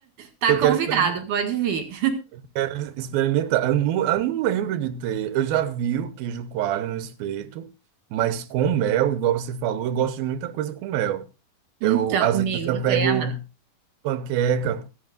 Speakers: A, on the right (about 65°); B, on the right (about 80°).
A: Tá
B: Eu
A: convidado,
B: quero experimen-
A: pode vir.
B: quero experimentar. Eu não, eu não lembro de ter. Eu já vi o queijo coalho no espeto, mas com mel, igual você falou, eu gosto de muita coisa com mel.
A: Então,
B: Eu, às
A: amigo,
B: vezes, eu
A: você
B: pego
A: é amado.
B: panqueca.